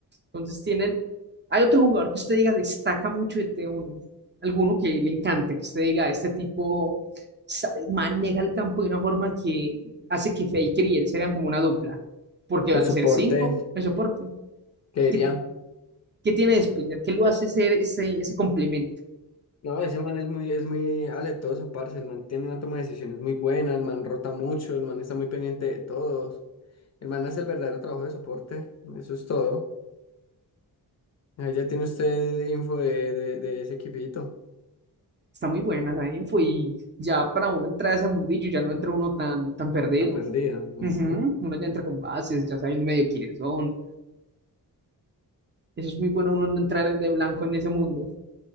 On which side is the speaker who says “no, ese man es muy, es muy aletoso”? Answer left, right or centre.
Left